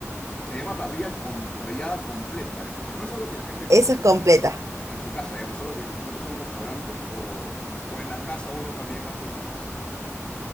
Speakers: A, on the left; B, on the right.
A: se llama parrilla, com- parrillada completa, eso. Pero no es algo que la gente
B: eso
A: come
B: es completa.
A: en su casa, digamos, solo que encuentras un restaurante o, o en la casa uno también hace esas cosas.